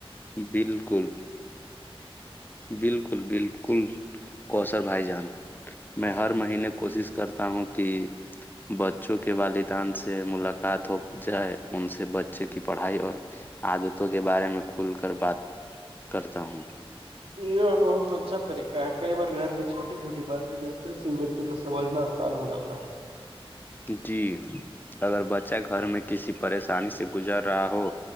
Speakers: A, on the left (about 20°); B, on the right (about 70°).
A: بالکل بالکل بالکل کوثر بھائی جان میں ہر مہینے کوشش کرتا ہوں کہ بچوں کے والدان سے ملاقات ہو جائے ان سے بچے کی پڑھائی اور عادتوں کے بارے میں کھل کر بات کرتا ہوں
B: یہ ہے بہت اچھا طریقہ ہے کئی بار گھر کی چھوٹی چھوٹی باتیں جاننے سے بھی بچوں کو سمجھنا آسان ہو جاتا ہے
A: جی اگر بچہ گھر میں کسی پریشانی سے گزر رہا ہو